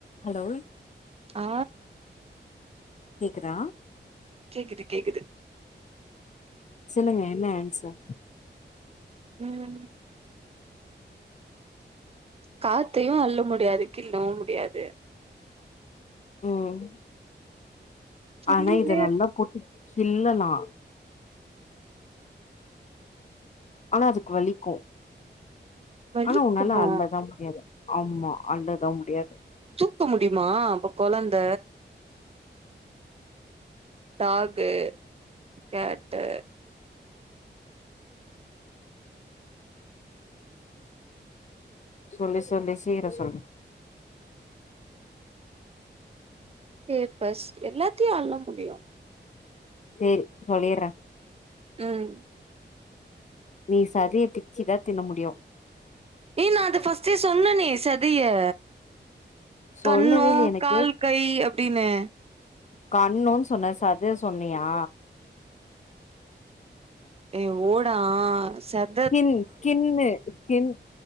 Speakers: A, on the left; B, on the right.
A: ஹலோ
B: ஆ
A: கேக்குதா
B: கேக்குது கேக்குது
A: சொல்லுங்க என்ன ஆன்சர்
B: ம் காத்தையு அள்ள முடியாது கிள்ளவு முடியாது
A: ம்
B: கிள்ளினே
A: ஆனா இத நல்லா போட்டு கிள்ளலா ஆனா அதுக்கு வலிக்கோ
B: வலிக்குமா
A: ஆனா உன்னால அள்ளதா முடியாது ஆமா அள்ளதா முடியாது
B: தூக்க முடியுமா அப்ப கொழந்த டாஹூ ஹேட்டு
A: சொல்லி சொல்லி சீர சொல்லு
B: எ பஸ் எல்லாத்தயு அள்ள முடியு
A: சேரி சொல்லிர்றே
B: ம்
A: நீ சதய பிச்சி தா தின்ன முடியு
B: ஏ நா அத ஃபர்ஸ்ட்டே சொன்னனே சதய
A: சொல்லவே
B: கன்னோ
A: இல்ல எனக்கு
B: கால் கை அப்டின்னு
A: கன்னோன் சொன்ன சத சொன்னியா
B: ஏ ஓடா சத்
A: கின் கின்னு கின்